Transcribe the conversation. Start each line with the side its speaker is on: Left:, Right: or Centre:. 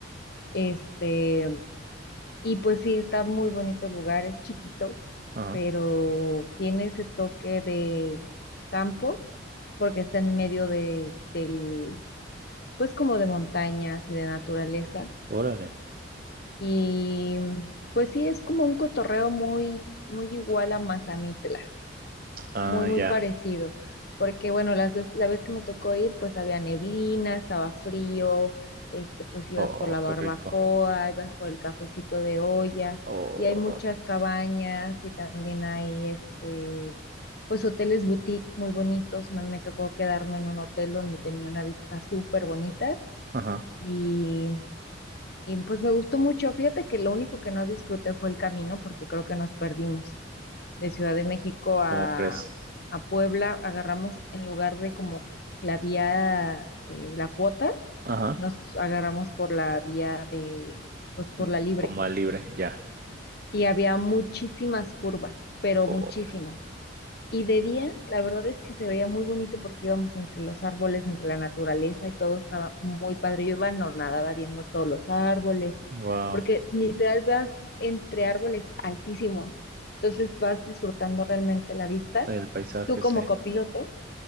Left: Este, Y pues sí, está muy bonito el lugar, es chiquito,
Right: Ajá.
Left: pero tiene ese toque de campo porque está en medio de, del, pues como de montañas y de naturaleza.
Right: Órale.
Left: Y pues sí, es como un cotorreo muy, muy igual a Mazamitla
Right: Ah,
Left: muy, muy
Right: ya.
Left: parecido, porque bueno, las vez- la vez que me tocó ir, pues había neblina, estaba frío, este, pues ibas
Right: Oh,
Left: por la barbacoa,
Right: qué rico.
Left: ibas por el cafecito de olla,
Right: Oh,
Left: y hay muchas cabañas y también hay, este, pues hoteles boutique muy bonitos. Me, me tocó quedarme en un hotel donde tenía una vista súper bonita.
Right: ajá.
Left: Y, y pues me gustó mucho. Fíjate que lo único que no disfruté fue el camino porque creo que nos perdimos de Ciudad de México
Right: ¿Cómo
Left: a,
Right: crees?
Left: a Puebla, agarramos en lugar de como la vía, eh, la cuota,
Right: Ajá.
Left: nos agarramos por la vía de, pues por
Right: Mm,
Left: la libre.
Right: Como al libre, ya.
Left: Y había muchísimas curvas, pero
Right: Oh,
Left: muchísimas. Y de día, la verdad es que se veía muy bonito porque íbamos entre los árboles, entre la naturaleza y todo estaba muy padre. Yo iba anonadada viendo todos los árboles, y-
Right: wow.
Left: porque literal vas entre árboles altísimos. Entonces vas disfrutando realmente la vista
Right: El paisaje,
Left: tú como
Right: sí.
Left: copiloto,